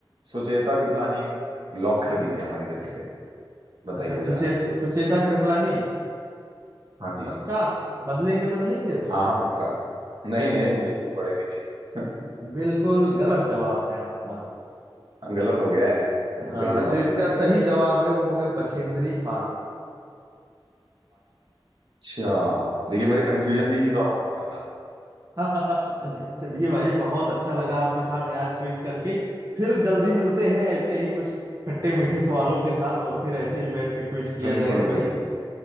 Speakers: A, on the right; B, on the right.
A: सुचेता कृपलानी लॉक कर दीजिए हमारी तरफ से बताइए
B: अच्छा सुचे,
A: जरा
B: सुचेता कृपलानी
A: हाँ जी
B: पक्का बदलेंगे तो नहीं फिर
A: हाँ हाँ पक्का नहीं नहीं नहीं नहीं बढ़ेंगे नहीं
B: बिल्कुल गलत जवाब है आपका
A: <laughs> गलत हो गया है तो
B: हाँ
A: सही जवाब
B: जो इसका
A: बताइए
B: सही जवाब है वो है बछेंद्री पाल
A: अच्छा देखिए मुझे कंफ्यूजन भी इन्हीं दोनों में हो रहा था
B: <laughs> चलिए भाई बहुत अच्छा लगा आपके साथ यार क्विज करके फिर जल्दी मिलते हैं
A: जी
B: ऐसे
A: जी
B: ही कुछ खट्टे मीठे सवालों के साथ और फिर ऐसे ही बैठ के क्विज किया
A: बिल्कुल
B: जाएगा
A: बिल्कुल
B: भाई